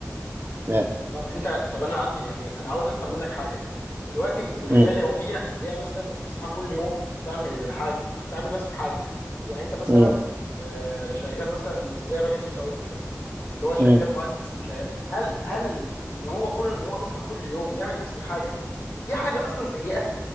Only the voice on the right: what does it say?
يعني
مم.
مم.
مم.